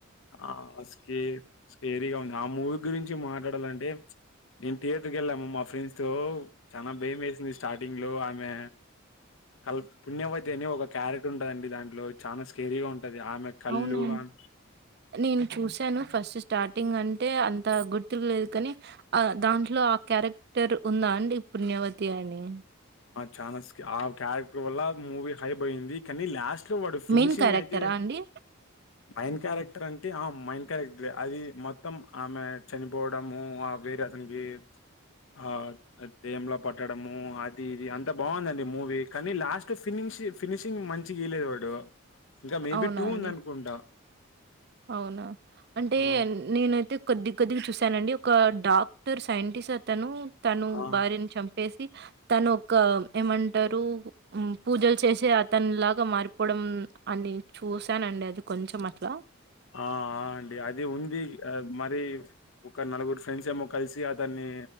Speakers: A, on the left; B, on the right.
A: ఆ స్కే స్కేరీగా ఉంది ఆ మూవీ గురించి మాట్లాడాలంటే నేను టియేటర్కెళ్ళాము మా ఫ్రెండ్స్ తో చానా భయమేసింది స్టార్టింగ్ లో ఆమె కల్ పుణ్యవతి అని ఒక క్యారెట్ ఉంటయండి దాంట్లో చానా స్కేరీగా ఉన్ టది ఆమె కళ్ళు
B: అవునండి
A: ఆమ్
B: నేను చూసాను ఫస్ట్ స్టార్టింగ్ అంటే అంత గుర్తులేదు కాని ఆ దాంట్లో ఆ క్యారెక్టర్ ఉందా అండి పుణ్యవ తి అని
A: చాసా స్కావ్ క్యారెక్టర్ వల్ల మూవీ హైబ్ అయ్యింది కానీ లాష్ ట్లో వాడు ఫినిషింగ్
B: మెయిన్ క్యారెక్టరా
A: అయితే
B: అండి
A: మయన్ కారెక్ అంటే ఆ మెయిన్ కారెక్టర్లే అది మొత్తం ఆమె చనిపోవడము ఆ వేరే అతనికి ఆ దెయ్యం లాపట్టడం మో అది ఇది అంతా బాగుందండి మూవీ కానీ లాస్ట్ ఫినిష ఫినిషింగ్ మంచి గీలేదు వాడు ఇంకా మేబి
B: అవునా
A: టూ
B: అండి
A: ఉందనుకుంటా
B: అవునా అంటే
A: ఆ!
B: నేను అయితే కొద్ది కొద్దిగా చూశానండి ఒక డాక్టర్ సైంటిస్ట్ అతను తను
A: ఆ! ఆ!
B: భార్యను చంపు ప్పేసి తను ఒక ఏమంటారు పూజలు చేసి అతని లాగా మారిపోవడం అని చూశానండి అది కొంచం అట్లా
A: ఆ! అండి. అది ఉంది. ఆహ్, మరి ఒక నలుగురు ఫ్రెండ్స్ ఏమో కలిసి అతన్ని